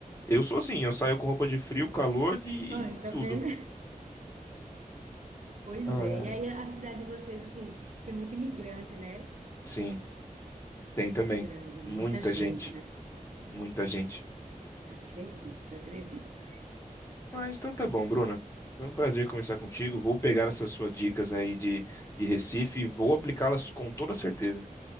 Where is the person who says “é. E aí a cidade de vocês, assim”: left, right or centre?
Right